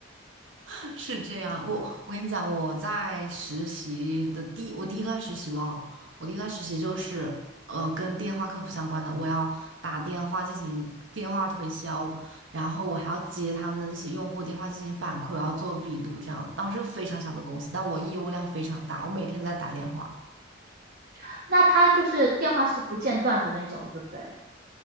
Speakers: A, on the right; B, on the right.
A: <laughs> 是这样，我我跟你讲，我在实习的第我第一段实习哦，我第一段实习就是呃跟电话客服相关的，我要打电话进行电话推销，然后我还要接他们的那些用户电话进行反馈，我要做笔录这样的当时非常小的公司，但我业务量非常大，我每天都在打电话。
B: <laughs> 那他就是电话是不间断的那种，对不对？